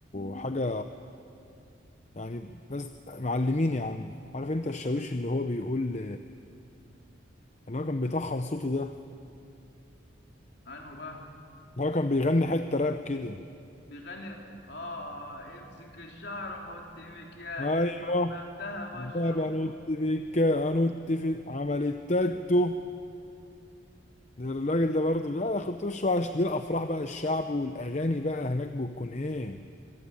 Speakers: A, on the left; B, on the left.
A: حاجة يعني ناس معلمين يا عم عارف انت الشاويش اللي هو بيقول اللي هو كان بيطخن صوته ده
B: انه بقى
A: اللي هو كان بيغني حتة راب كده
B: بيغني اه آه، امسك الشعر وحط مكياج
A: ايوه
B: انا حبك ده بشرك
A: بابا نط فيك انط في عمل التاتو ده الراجل ده برضو لا انا كنت مش بقى عشان دي الافراح بقى الشعب والاغاني بقى هناك بتكون ايه